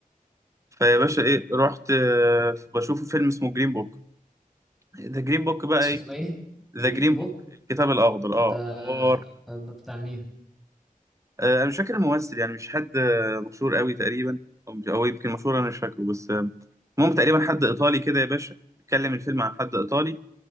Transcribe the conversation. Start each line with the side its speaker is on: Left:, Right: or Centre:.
Right: فيا باشا ايه رحت آه بشوف فيلم اسمه جرين بوك ذا جرين بوك بقى
Centre: اسمه
Right: ايه
Centre: ايه
Right: ذا
Centre: جرين
Right: جرين
Centre: بوك
Right: بوك الكتاب الاخضر اه
Centre: ده
Right: حوار
Centre: ده بتاع مين
Right: آه، انا مش فاكر الممثل يعني مش حد آه، مشهور قوي تقريبا او مش أو يمكن مشهور انا مش فاكره بس آه، المهم تقريبا حد ايطالي كده يا باشا بيتكلم الفيلم عن حد ايطالي